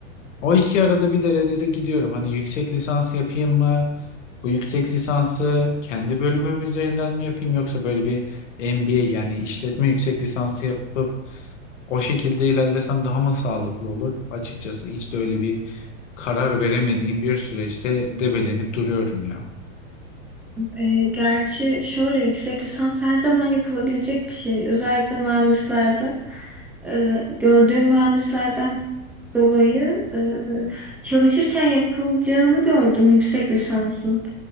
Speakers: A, on the left; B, in the centre.
A: O iki arada bir derede de gidiyorum. Hani yüksek lisans yapayım mı? Bu yüksek lisansı kendi bölümüm üzerinden mi yapayım yoksa böyle bir MBA yani işletme yüksek lisansı yapıp o şekilde ilerlesem daha mı sağlıklı olur? Açıkçası hiç de öyle bir karar veremediğim bir süreçte debelenip duruyorum ya.
B: E, gerçi şöyle yüksek lisans her zaman yapılabilecek bir şey. Özellikle mühendislerde e, gördüğüm mühendislerden dolayı e, çalışırken yapılacağını gördüm yüksek lisansın.